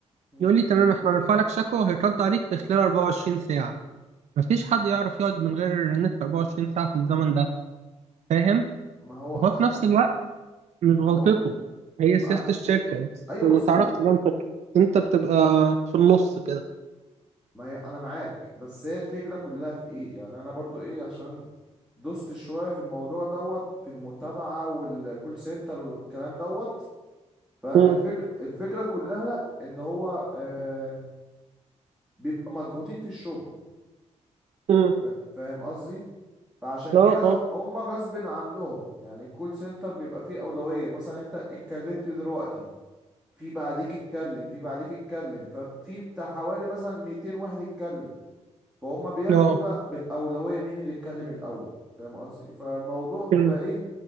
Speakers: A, in the centre; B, on the right.
A: مم،
B: يقول لي
A: مم.
B: تمام احنا هنرفع لك شكوى وهيترد عليك في خلال 24 ساعة مفيش حد يعرف يقعد من غير النت 24 ساعة في الزمن ده فاهم؟
A: ما هو
B: وفي
A: أ-
B: نفس
A: أ-
B: الوقت مش غلطته
A: ما هو
B: هي
A: ما
B: سياسة
A: أنا...
B: الشركة بس
A: ايوه
B: ما
A: مظبوط
B: تعرفش بقى انت انت بتبقى في النص كده
A: ما هي انا معاك بس هي الفكره كلها في ايه يعني انا برضو ايه عشان دوست شويه في الموضوع دوت في المتابعه والكول سنتر والكلام دوت فالفكرة
B: مم.
A: الفكرة كلها ان هو آه بيبقى مضغوطين في الشغل
B: مم.
A: ف- فاهم قصدي فعشان
B: اه
A: كده
B: اه
A: هم غصب عنهم يعني الكول سنتر بيبقى فيه أولوية مثلا انت اتكلمت دلوقتي في بعديك اتكلم في بعديك اتكلم ففي بتاع حوالي مثلا 200 واحد اتكلم فهم بياخدوا
B: اه
A: بقى بالأولوية مين اللي اتكلم الأول فاهم قصدي فالموضوع بيبقى
B: مم.
A: ايه